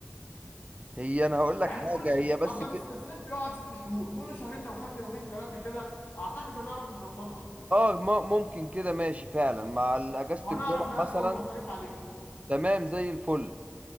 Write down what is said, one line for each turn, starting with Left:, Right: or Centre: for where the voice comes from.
Right: هي أنا هقول لك
Left: يعني
Right: حاجة
Left: كل شهر
Right: هي بس
Left: اصلا
Right: كده
Left: الصيف بيقعد ست شهور كل شهرين لو خدنا يومين ثلاثه كده اعتقد هنعرف نظبطها
Right: آه م- ممكن كده ماشي فعلا مع أجازة
Left: وهنعرف
Right: الجمعة
Left: نقسم
Right: مثلا
Left: المصاريف عليه
Right: تمام زي الفل